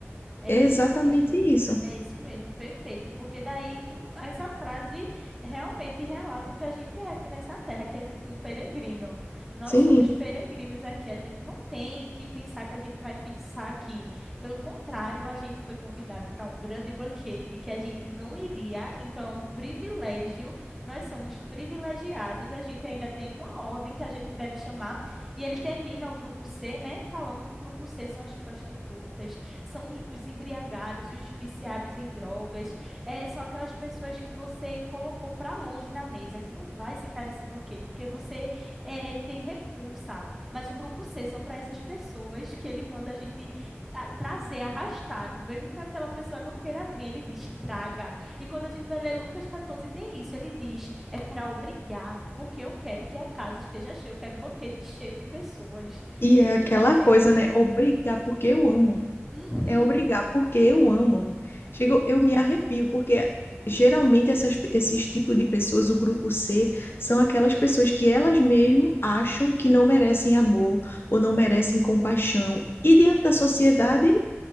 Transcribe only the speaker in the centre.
é
isso
mesmo.
É isso mesmo, perfeito. Porque daí tu, essa frase realmente relata o que a gente é aqui nessa terra, que é tipo um peregrino. Nós
somos peregrinos aqui, a gente não tem que pensar que a gente vai fixar aqui. Pelo contrário, a gente foi convidado para um grande banquete que a gente não iria, então é um privilégio. Nós somos privilegiados, e a gente ainda tem uma ordem que a gente deve chamar, e ele termina o grupo C, né, falando que o grupo C são as prostitutas são os embriagados, os viciados em drogas, é, são aquelas pessoas que você colocou para longe da mesa, que não vai sentar nesse banquete, porque você é, tem repulsa. Mas o grupo C são para essas pessoas que ele manda a gente a, trazer arrastado, mesmo que aquela pessoa não queira vir, ele diz traga. E quando a gente vai ler Lucas 14, tem isso, ele diz é para obrigar, porque eu quero que a casa esteja cheia, eu quero o banquete cheio de pessoas.
Entendesse?
Uhum.